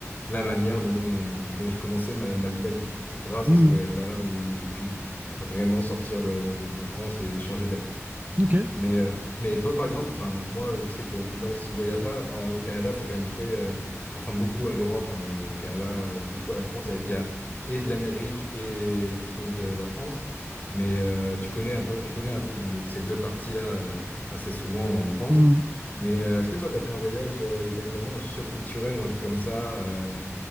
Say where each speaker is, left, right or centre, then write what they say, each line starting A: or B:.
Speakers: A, on the left; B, on the right.
A: la manière dont, dont j'ai commencé ma, ma vie d'adulte, quoi. C'est grâce
B: Hmm.
A: à ce voyage-là où j'ai pu vraiment sortir de, de de France et changer d'air.
B: Ok.
A: Mais, euh, mais toi, par exemple, enfin, moi, je sais que dans ce voyage-là, en- au Canada, c'est quand même très, euh, ça ressemble beaucoup à l'Europe, hein, le Canada, euh, beaucoup à la France. Il y a, il y a et de l'Amérique et, et de la France. Mais euh, tu connais un peu, on connaît un peu de- ces deux parties-là euh, assez souvent en France.
B: Hmm.
A: Mais euh, est-ce que toi, tu as fait un voyage euh, où tu as eu vraiment un choc culturel ou un truc comme ça, euh,